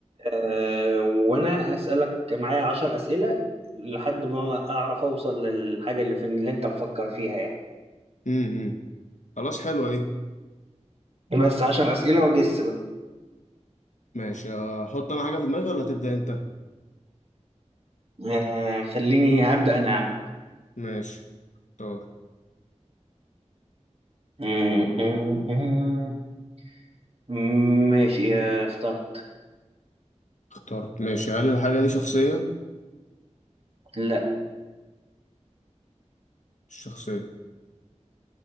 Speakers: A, on the right; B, on the left.
A: آه، وانا اسألك معايا عشر اسئلة لحد ما اعرف اوصل للحاجة اللي في اللي انت مفكر فيها يعني
B: امم خلاص حلوة دي
A: بس عشر اسئلة واجس
B: ماشي أحط أنا حاجة في دماغي ولا تبدأ أنت
A: آه خليني هبدأ أنا يا عم
B: ماشي اختار
A: م- م- م- ماشي آه، اخترت
B: اخترت ماشي هل الحاجة دي شخصية
A: لا
B: مش شخصية